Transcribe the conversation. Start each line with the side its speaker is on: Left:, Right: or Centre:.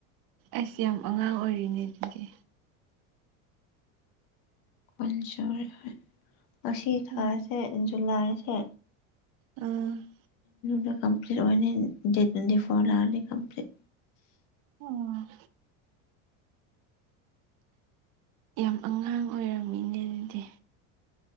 Right: ꯏꯁ꯭ ꯌꯥꯝ ꯑꯉꯥꯡ ꯑꯣꯏꯔꯤꯅꯦ ꯑꯗꯨꯗꯤ
Left: ꯀꯨꯟ ꯁꯨꯔꯦ ꯉꯁꯤ ꯊꯥꯁꯦ
Right: ꯎꯝ
Left: ꯖꯨꯂꯥꯏꯁꯦ
Right: ꯎꯝ
Left: ꯗ ꯀꯝꯄꯂꯤꯠ ꯑꯣꯏꯅꯅꯤ ꯗꯦ ꯇ꯭ꯋꯦꯟꯇꯤ ꯐꯣꯔ ꯂꯛꯑꯗꯤ ꯀꯝꯄꯂꯤꯠ
Right: ꯑꯣ ꯌꯥꯝ ꯑꯉꯥꯡ ꯑꯣꯏꯔꯝꯃꯤꯅꯦ ꯑꯗꯨꯗꯤ